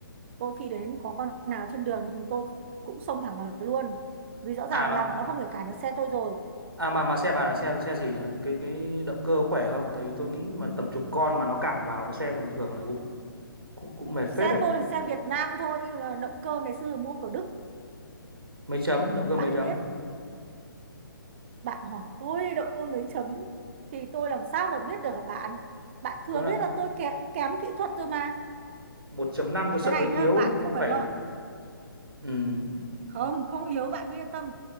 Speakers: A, on the right; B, on the right.
A: tôi phi đến có con nào trên đường thì tôi cũng xông thẳng vào luôn. Vì rõ ràng
B: à mà
A: là bọn nó không thể cản được xe tôi rồi.
B: À mà mà xe bà là xe xe gì nhỉ? Cái cái động cơ khỏe không? Tại vì tôi nghĩ mà tầm chục con mà nó cản vào cái xe bình thường là cũng cũng cũng mệt
A: Xe
B: phết đấy.
A: tôi là xe Việt Nam thôi nhưng mà động cơ ngày xưa mua của Đức.
B: Mấy chấm, động cơ
A: Bạn
B: mấy chấm?
A: biết bạn hỏi tôi động cơ mấy chấm thì tôi làm sao mà biết được hả bạn bạn thừa
B: Cứ lại
A: biết là tôi kém, kém kỹ thuật rồi mà
B: một chấm năm tôi sợ
A: cái này
B: hơi yếu,
A: nhá bạn
B: chứ
A: không
B: không
A: phải
B: phải.
A: lo
B: Ừ,
A: không không yếu bạn cứ yên tâm